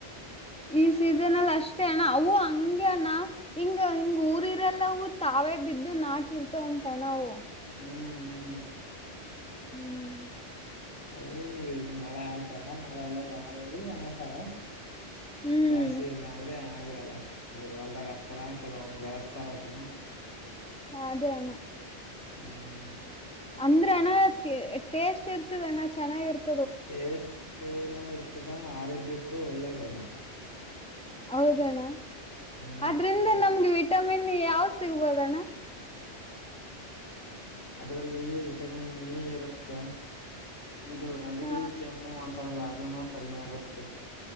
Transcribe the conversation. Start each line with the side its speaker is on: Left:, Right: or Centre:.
Centre: ಈ ಸೀಸನ್ ಅಲ್ಲಿ ಅಷ್ಟೇ ಅಣ್ಣ ಅವು ಹಂಗಗೆ ಅಣ್ಣ ಹಿಂಗ ಹಿಂಗ ಊರಿ ಇರೆಲ್ಲವೂ ತ ಅವೇ ಬಿದ್ದು ನಾಟ ಇರ್ತ ಒಂದ ತಣವು
Left: ಹ್ಮ್ ಹ್ಮ್
Centre: ಹ್ಮ್
Left: ಅವು ಈಗ ಮಳೆ ಆಯ್ತಲ್ಲ ಮಳೆ ಅಲ್ಲೆಲ್ಲ ಆದಲ್ಲಿ ಆತಾವ
Centre: ಹ್ಮ್
Left: ಬ್ಯಾಸಿಯಲ್ಲ ಆದ್ರೆ ಚೆನ್ನಾಗಿರಲ್ಲ ಅಲ್ಲಿ ಹೊಲ್ದಾಗ ಹಾಕ್ತಾರ ಕೆಲವೊ್ ಬೆಳೆಸ್ತಾರ ಹೊಟ್ರನ್ನ
Centre: ಹಾ ಅದೇ ಅಣ್ಣ
Left: ಹ್ಮ್
Centre: ಅಂದ್ರೆ ಅಣ ಟೇಸ್ಟ್ ಇರ್ತದ ಅಣ್ಣ ಚನ್ನಾಗಿರ್ತ
Left: ಟೇಸ್ಟ್ನು ಇರ್ತದ ಆರೋಗ್ಯಕ್ಕೂ ಒಳ್ಳೇದ ಅದು
Centre: ಹೌದಣ್ಣ
Left: ಹ್ಮ್
Centre: ಆದ್ರಿಂದ
Left: ತಿನ್ಬೇಕು
Centre: ನಮ್ಗೆ ವಿಟಮಿನ್ ಯಾವ ಸಿಗ್ಬೋದಣ್ಣ
Left: ಅದ್ರಲ್ಲಿ ವಿಟಮಿನ್ ಎ ಇರುತ್ತೆ ಇದು ನಗಡಿ
Centre: ಹ
Left: ಕೆಮ್ಮು ಅಂತ ಆಥರಲ್ಲ ಅದನೋ ಕಡಿಮೆ ಆಗುತ್ತೆ